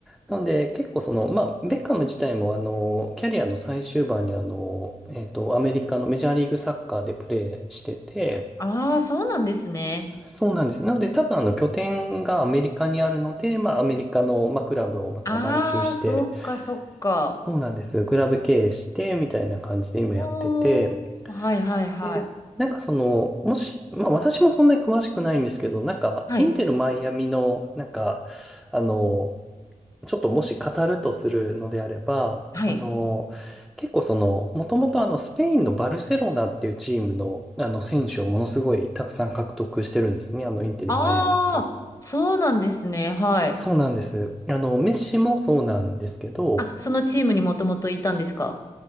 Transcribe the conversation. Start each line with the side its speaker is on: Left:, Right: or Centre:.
Centre: なので、結構その、まあ、ベッカム自体も、あの、キャリアの最終盤に、あの、えっと、アメリカのメジャーリーグサッカーでプレーしてて、
Left: ああ、そうなんですね。
Centre: そうなんです。なので多分あの拠点がアメリカにあるので、まあアメリカの、まあ、クラブをまた買収して、
Left: ああ、そっか、そっか。
Centre: そうなんです。クラブ経営してみたいな感じで今やってて、
Left: おー、はいはいはい。
Centre: で、なんかその、もし、まあ私もそんなに詳しくないんですけど、なんかインテルマイアミの、
Left: はい、
Centre: なんか、あの、ちょっともし語るとするのであれば、
Left: はい。
Centre: あの、結構その、もともとあのスペインのバルセロナっていうチームの、あの選手をものすごいたくさん獲得してるんですね。あのインテルマイアミっていう
Left: ああ、そうなんですね。はい。
Centre: そうなんです。あの、メッシもそうなんですけど、
Left: あ、そのチームにもともといたんですか